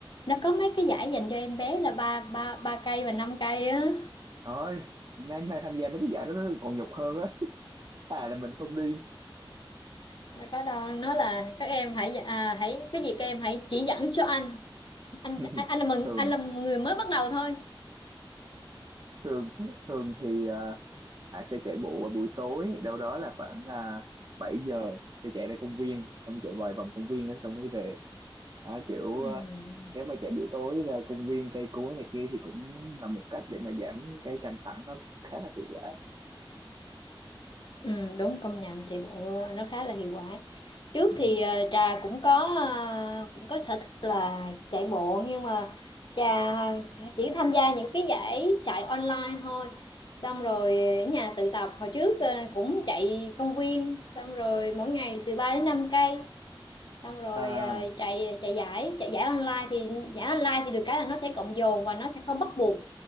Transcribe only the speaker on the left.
nó có mấy cái giải dành cho em bé là ba ba ba cây và năm cây á
Nó có đâu nó là các em hãy à, hãy cái gì các em hãy chỉ dẫn cho anh anh
anh, anh là mừng
anh là người mới bắt đầu thôi
Ừm.
Ừ, đúng công nhận chạy bộ nó khá là hiệu quả trước
thì ờ, trà cũng có ờ, cũng có sở thích là chạy bộ nhưng mà trà chỉ tham gia những cái giải chạy online thôi xong rồi ở nhà tự tập hồi trước ờ, cũng chạy công viên xong rồi mỗi ngày từ ba đến năm cây xong rồi
ờ, chạy chạy giải chạy giải online thì giải online thì được cái là nó sẽ cộng dồn và nó sẽ không bắt buộc